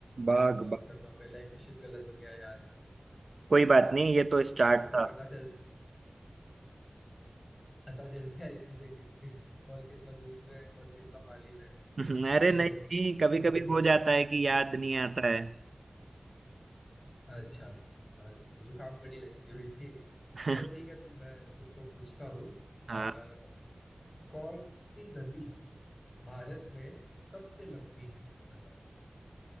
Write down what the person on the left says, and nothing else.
माफ
करना पहला एक क्वेश्चन गलत हो गया यार
इसी से
पता चल पता चल गया इसी से किस <laughs> कॉल कितना दूर में है कॉल कितना पाली में है
चलो
तो
अच्छा आज जुकाम बड़ी लगी हुई थी
चलो ठीक है तुम मैं तुमको पूछता हूँ
अ, कौन सी नदी भारत में सबसे लंबी है बताओ